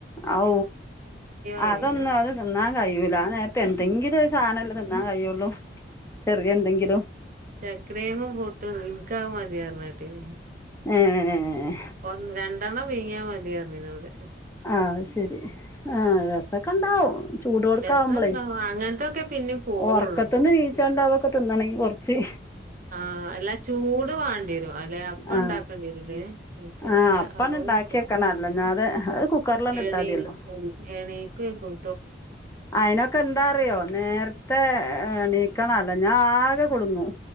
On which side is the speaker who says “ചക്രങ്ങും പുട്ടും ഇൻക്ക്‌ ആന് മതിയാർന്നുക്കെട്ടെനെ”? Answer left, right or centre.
Right